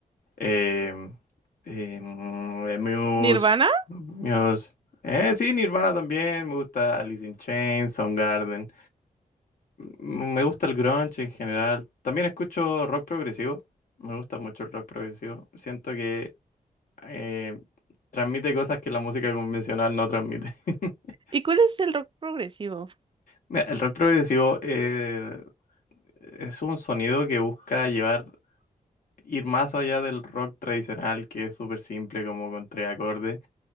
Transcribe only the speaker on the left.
em, em, eh, Muse,
Muse. Eh, sí, Nirvana también, me gusta Alice in Chains, Soundgarden mm, Me gusta el grunge en general. También escucho rock progresivo. Me gusta mucho el rock progresivo. Siento que eh, transmite cosas que la música convencional no transmite. <laughs>
Mira, El rock progresivo eh, es un sonido que busca llevar, ir más allá del rock tradicional, que es súper simple, como con tres acordes.